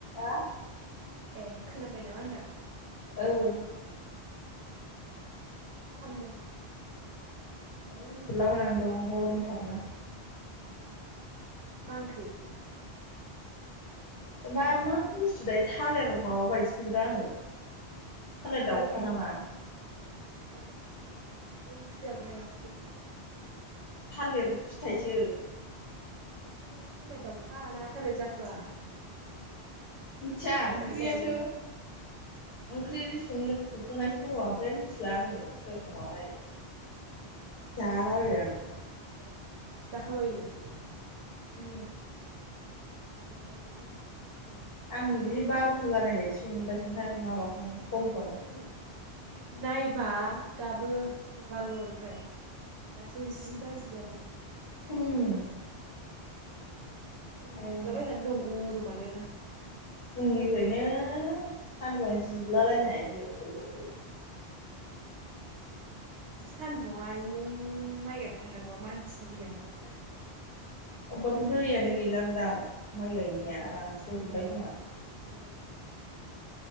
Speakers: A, on the left; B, on the right.
A: आ
B: ए खोनाबाय नामा होनदां?
A: औ
B: मा खालामदों?
A: औ उनदुला बायनानै दं गरमथारना ।
B: मा ओंख्रि?
A: बा मा बुस्थु थाय थालिर माबा बायदिसो नुदां आङो । थालेर दावखा
B: थालिर मै
A: नामा ।
B: ए थालिर दावउखाखौ बे ओंख्रि जाग्राया बेखो ।
A: थालिर फिथाइसो ।
B: ओंखायथ' थालिर दाउखा ना थालेर जाहुवा ।
A: मिनथिया ओंख्रियासो
B: जाजायोना
A: ओंख्रि नो संखांनायसो दङ ओमफ्राय मिथिला आङो
B: ए
A: सोर सङाथाय । जाला बायबाय आं ।
B: ए जाखांबायबो?
A: औ ।
B: गैया जायाखै जोंना संवाखै ।
A: आं बिदि बार'था जानाय बायदिसो मोनगासिनो थार माबाखौनो समखौनो
B: उम
A: ।
B: नायबा दाबो माबाल' ओमफ्राय दासो जि बाजि जादों ।
A: उम
B: उनन्दुला
A: आयौ
B: बायनानै दं गरमानो ।
A: फुंनिफ्रायनो सानदुंआनो जिबला लायनाय आयौ आयौ आयौ ।
B: बिदि सान्दुं आयुं माइ गायबाय थानांगौआ मानसिनि देहाया मा जागोन दे ।
A: अबेबाथ' दैयानो गैलानदां माइ गायनाया रानस्रावजोब्बाय
B: बिहुस
A: खोमा ।
B: जालायनाय